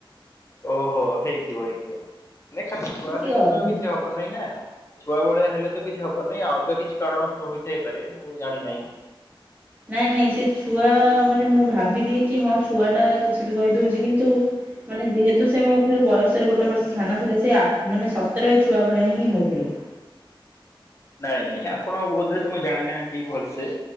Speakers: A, on the left (about 30°); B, on the right (about 20°).
A: ଓହୋ ହେଇଥିବ ହେଇଥିବ ନାଇ ଖାଲି ଛୁଆ
B: ସେ ଟିକେ
A: ହେଲେ
B: ଅଧି
A: ତ କିଛି ହ ହ ନାଇଁ ନା ଛୁଆ ଭଳିଆ ହେଲେ ତ କିଛି ହବ ନାହିଁ ଆଉ ଅଲଗା କିଛି କାରଣ ହୋଇଥାଇପାରେ ମୁଁ ଜାଣି ନାହିଁ।
B: ନାଇଁ ନାଇଁ ସେ ଛୁଆ ମାନେ ମୁଁ ଭାବିଦିଏ କି ହଁ ଛୁଆ ଟା କିଛି ବି କହିଦଉଛି କିନ୍ତୁ। ମାନେ ଯେହେତୁ ସେ ମୋ ଠାରୁ ବୟସରେ ଗୋଟେ ବର୍ଷ ସଥାନ ଥିଲେ ସେ ମାନେ ସତର ଛୁଆ ଭଳିଆ ହିଁ ହଉଥିଲେ।
A: ନାଇଁ ନାଇଁ ଆପଣ ବୋଧେ ତାଙ୍କୁ ଜାଣିନାହାନ୍ତି ଭଲସେ।